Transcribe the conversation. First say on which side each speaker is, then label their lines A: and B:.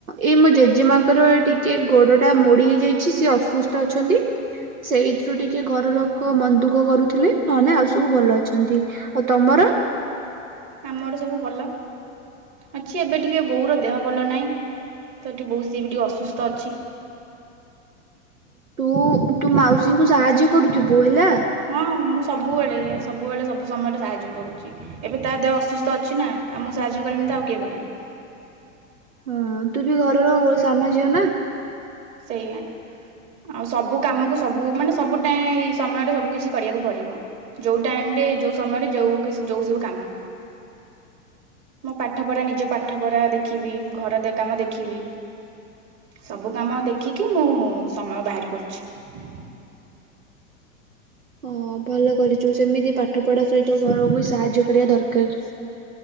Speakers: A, on the right; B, on the right.
A: ଏଇ ମୋ ଜେଜେମାଙ୍କର ଟିକେ ଗୋଡ ଟା ମୋଡି ହେଇଯାଇଛି ସିଏ ଅସୁସ୍ଥ ଅଛନ୍ତି। ସେଇଥିରୁ ଟିକେ ଘର ଲୋକ ମନଦୁ ଦୁଃଖ କରୁଥିଲେ ନହଲେ ଆଉ ସବୁ ଭଲ ଅଛନ୍ତି ଆଉ ତମର?
B: ଆମର ସବୁ ଭଲ ଅଛି ଏବେ ଟିକେ ବୋଉର ଦେହ ଭଲ ନାହିଁ ତ ଟିକେ ବୋଉ ସିଏ ବି ଟିକେ ଅସୁସ୍ଥ ଅଛି।
A: ତୁ ତୁ ମାଉସୀ ଙ୍କୁ ସାହାଯ୍ୟ କରୁଥିବୁ ହେଲା।
B: ହଁ ମୁଁ ସବୁବେଳେ ସବୁବେଳେ ସବୁ ସମୟରେ ସାହାଯ୍ୟ କରୁଛି ଏବେ ତା ଦେହ ଅସୁସ୍ଥ ଅଛି ନା ଆ ମୁଁ ସାହାଯ୍ୟ କରିବିନି ତ ଆଉ କିଏ କରିବ?
A: ହଁ ତୁ ବି ଘରର ସାନ ଝିଅ ନା।
B: ସେଇଆ ଆଉ ସବୁ କାମକୁ ସବୁ ମାନେ ସବୁ ଟାଇ ସମୟରେ ସବୁ କିଛି କରିବାକୁ ପଡିବ ଯୋଉ ଟାଇମ ରେ ଯୋଉ ସମୟରେ ଯୋଉ ଯୋଉ ସବୁ କାମ <inaudible> ମୋ ପାଠ ପଢା ନିଜ ପାଠ ପଢା ଦେଖିବି ଘର କାମ ଦେଖିବି ସବୁ କାମ ଦେ ଖିକି ମୁଁ ସମୟ ବାହାରି କରୁଛି।
A: ହଁ ଭଲ କରିଛୁ ସେମିତି ପାଠ ପଢା ସହିତ ଘରକୁ ସାହାଯ୍ୟ କରିବା ଦରକାର।